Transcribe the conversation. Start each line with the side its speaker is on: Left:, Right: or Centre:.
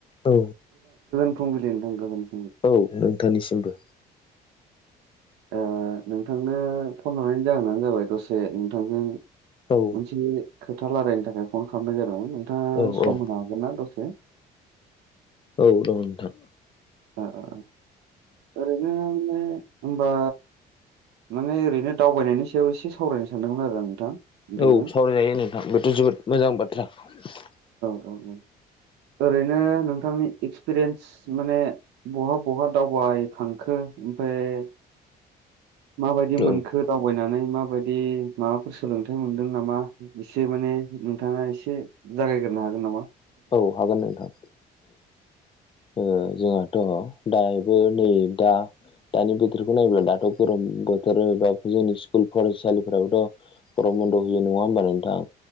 Left: औ
Right: औ दे नोंथां गोबां
Left: औ नोंथांनिसिमबो।
Right: ओ नोंथांनो फन हरनि जाहोनानो जाबाय दसे नोंथांजों
Left: औ
Right: मोनसे खोथा रायलायनो थाखाय फन खालामनाय जादोंमोन। नोंथाङा
Left: औ
Right: सम
Left: औ
Right: होनो हागोन ना दसे?
Left: औ दं नोंथां
Right: अ अ ओरैनोे होनबा माने ओरैनो दावबायनायनि सायाव एसे सावरायनो सानदोंमोन आरो आं नोंथां। नोंथांजों
Left: औ सावरायजायो नोंथां बेथ' जोबोद मोजां बाथ्रा ‌।
Right: <unintelligible> ओरैनो नोंथांनि एक्सपिरियेन्स माने बहा बहा दावबाय खांखो? ओमफ्राय माबायदि मोनखो
Left: औ
Right: दावबायनानै? माबायदि माबाफोर सोलोंथाइ मोनदों नामा एसे माने नोंथाङा एसे जायगाय ग्रोनो हागोन नामा?
Left: औ हागोन नोंथां ओ जों औ दङ' दाबो नै दा दानि बोथोरखौ नायोब्ला दाथ' गरम बोथोर एबा जोंनि स्कुल फरायसालिफोराबोथ' गरम बन्द' होयो नङा होमबा नोंथां?